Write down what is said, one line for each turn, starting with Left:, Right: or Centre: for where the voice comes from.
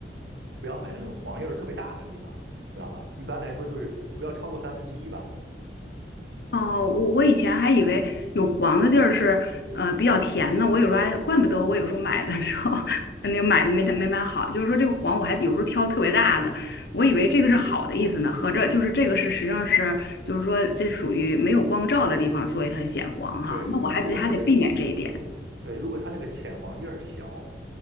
Right: 不要买那种黄叶儿特别大的地方，知道吗？一般来说就是不要超过三分之一吧。
Left: 哦，我我以前还以为有黄的地儿是呃比较甜呢。我有时候还怪不得我有时候买的时候 <laughs> 那个买的没没买好，就是说这个黄我还有时候挑特别大的，
Right: 嗯
Left: 我以为这个是好的意思呢，
Right: 嗯，
Left: 合着就是这个是实际上是就是说这属于没有光照的地方，所以它显黄哈，
Right: 对对，
Left: 那我还得还得避免这一点。
Right: 如果这个
Left: <laughs>
Right: 对，如果它那个浅黄叶儿小，